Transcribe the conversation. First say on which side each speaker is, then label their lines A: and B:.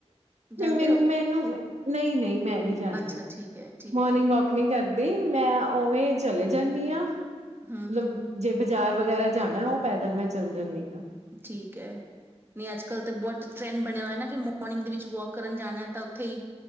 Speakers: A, on the right; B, on the right.
A: ਜਾਂਦੇ
B: ਮੈਨੂੰ
A: ਹੋ
B: ਮੈਨੂੰ ਨਹੀਂ ਨਹੀਂ ਮੈਂ ਨੀ ਜਾਦੀ
A: ਅੱਛਾ ਠੀਕ ਹੈ ਠੀਕ
B: ਮੋਰਨਿੰਗ
A: ਹੈ
B: ਵਾਕ ਨਹੀਂ ਕਰਦੀ ਨਹੀਂ ਮੈਂ ਓਵੇਂ ਚਲੇ ਜਾਂਦੀ ਹਾਂ ਮਤਲਬ
A: ਹੂੰ ਹੂੰ
B: ਜੇ ਬਾਜ਼ਾਰ ਵਗੈਰਾ ਜਾਣਾ ਉਹ ਪੈਦਲ ਮੈਂ ਚੱਲ ਜਾਂਦੀ ਹਾਂ।
A: ਠੀਕ ਹੈ ਨਹੀਂ ਅੱਜ ਕੱਲ ਤਾਂ ਬਹੁਤ ਟਰੈਂਡ ਬਣਿਆ ਹੋਇਆ ਨਾ ਕਿ ਮੋਰਨਿੰਗ ਦੇ ਵਿੱਚ ਵਾਕ ਕਰਨ ਜਾਣਾ ਤਾਂ ਉੱਥੇ ਹੀ